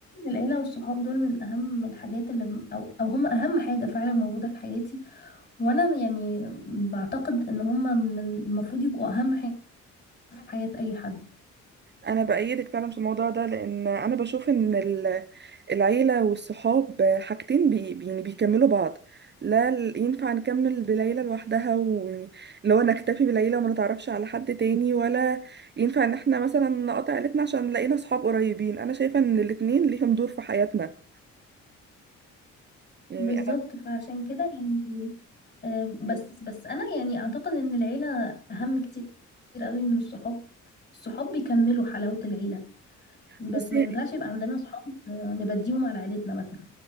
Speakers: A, on the left (about 35°); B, on the right (about 35°).
A: العيلة والصحاب دول من أهم الحاجات اللي أو, أو هم أهم حاجة فعلا موجودة في حياتي وأنا يعني بعتقد إن هم من المفروض يبقوا أهم حاجة في حياة أي حد
B: انا بأيدك فعلا في الموضوع ده لان انا بشوف ان ال- العيله والصحاب حاجتين بي بي- يعني بيكملوا بعض لا ال- ينفع نكمل بليلى لوحدها ويعني اللي هو نكتفي بليلى وما نتعرفش على حد تاني ولا ينفع ان احنا مثلا نقطع عيلتنا عشان لقينا صحاب قريبين انا شايفه ان الاتنين ليهم دور في حياتنا يعني
A: بالظبط
B: انا
A: فعشان كده يعني آه، بس بس أنا يعني أعتقد إن العيلة أهم كتير قوي من الصحاب الصحاب بيكملوا حلاوة العيلة بس
B: بصي
A: ما ينفعش يبقى عندنا صحاب آه، نبديهم على عيلتنا مثلا